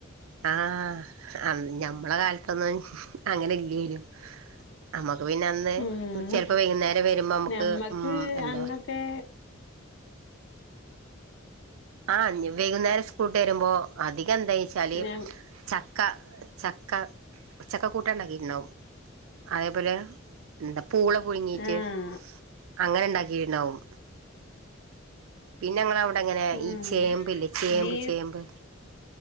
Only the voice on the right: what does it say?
ആഹ് ഞമ്മള കാലത്തൊന്നും അങ്ങനെ ഇല്ലേനും അമ്മക്ക് പിന്നെ അന്ന്
ചെലപ്പോ വൈകുന്നേരം വരുമ്പോ നമ്മക്ക്
ഉം എന്താ
ആ ഇന്നി വൈകുന്നേരം സ്കൂള് വിട്ട് വരുമ്പോ അതി എന്തേച്ചാല്
ചക് ക്ക ചക്ക ചക്കകൂട്ടാൻ ഉണ്ടാക്കിട്ടുണ്ടാവും അതേപോലെ എന്ത പൂള പുഴുങ്ങീട്ട്
അങ്ങനെ ഉണ്ടാ കീണ്ടാവും പിന്നെ ഞങ്ങളവ് ടെങ്ങനെ
ഈ ചേമ്പില്ലേ ചേമ്പ്
ചേമ്പ്